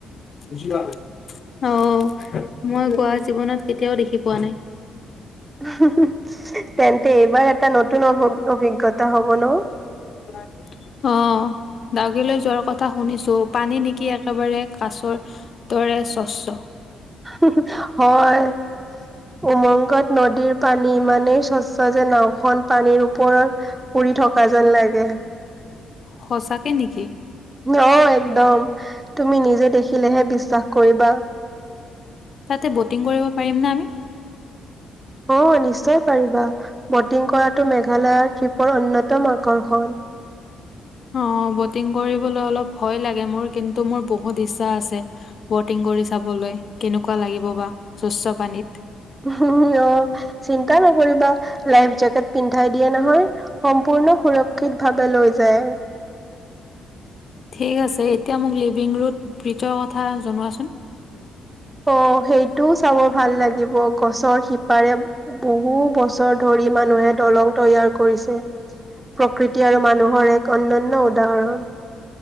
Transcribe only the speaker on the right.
হু হু, তেন্তে এইবাৰ এটা নতুন অভি অভিজ্ঞতা হ'ব ন?
হু হু হয়, উমংগত নদীৰ পানী ইমানেই স্বচ্ছ যে, নাওখন পানীৰ ওপৰত উৰি থকা যেন লাগে।
অ একদম তুমি নিজে দেখিলেহে বিশ্বাস কৰিবা।
অ' নিশ্চয় পাৰিবা, বটিং কৰাটো মেঘালয়ৰ ট্ৰিপৰ অন্যতম আকৰ্ষণ।
হু হু অহ' চিন্তা নকৰিবা লাইফ জেকেট পিন্ধি উঠাই দিয়ে নহয়, সম্পূৰ্ণ সুৰক্ষিত ভাৱে লৈ যায়।
অ' সেইটোও চাব ভাল লাগিব গছৰ শিপাৰে বহু বছৰ ধৰি মানুহে দলং তৈয়াৰ কৰিছে, প্ৰকৃতি আৰু মানুহৰ এক অন্যান্য উদাহৰণ।